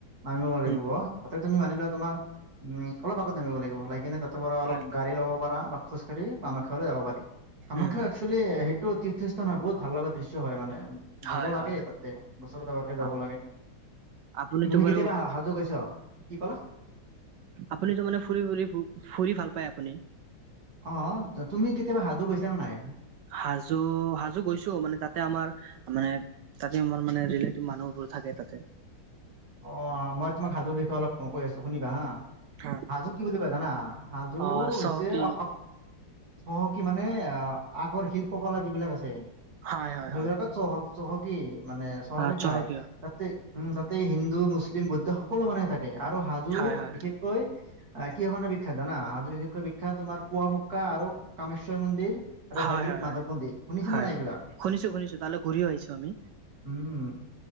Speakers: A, on the right; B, on the right.
A: নামিব লাগিব
B: উম
A: তাতে তুমি মানিলা তোমাৰ উম অলপ আগত নামিব লাগিব <unintelligible> তাৰ পৰা অলপ
B: হয়
A: গাড়ী লব পাৰা বা খোজ কাঢ়ি কামাখ্যা লৈ যাব পাৰি কামাখ্যা
B: উম হম
A: একচুৱেলি হেই টো তীৰ্থস্থান বহুত ভাল লগা দৃশ্য হয় মানে
B: হয়
A: যাব লাগে
B: হয়
A: তাতে বছৰত এবাৰকে যাব
B: অ
A: লাগে
B: আপুনিতো
A: তুমি
B: বাৰু
A: কেতিয়াবা হাজু গৈছ কি কলা
B: আপুনিতো মানে ফুৰি ফুৰি ফ ফুৰি ভাল পায় আপুনি
A: অ তুমি কেতিয়াবা হাজু গৈছা নে নাই
B: হাজো হাজো গৈছো মানে তাতে আমাৰ মানে তাতে আমাৰ মানে ৰিলেটিভ মানুহবোৰ থাকে তাতে
A: অ মই তোমাক সাজুৰ বিষয়ে অলপ কৈ আছো শুনিবা হা
B: হা
A: হাজো কি বুলি কয় জানা হাজো
B: অ
A: হৈছে
B: চহকী
A: অসম <unintelligible> আগৰ শিল্পকলা যিবিলাক আছে
B: হয় হয়
A: সেইবিলাকত
B: হয়
A: চহক চহকী মানে চহৰী
B: আহ চহকীয়
A: ঠাই তাতে উম তাতে হিন্দু মুছলিম বৌদ্ধ সকলো মানুহে থাকে আৰু হাজো
B: হয় হয়
A: বিশেষকৈ আহ কিহৰ কাৰণে বিখ্যাত জানা বিশেষকৈ বিখ্যাত তোমাৰ পুৱামু্কাা আৰু কামেশ্বৰ মন্দিৰ আৰু
B: হয়
A: হয়গ্ৰীব
B: হয়
A: মাধৱ
B: হয়
A: মন্দিৰ শুনিছানে
B: হয়
A: নাই এইবিলাক
B: শুনিছো শুনিছো তালৈ ঘূৰিও আহিছো আমি
A: উম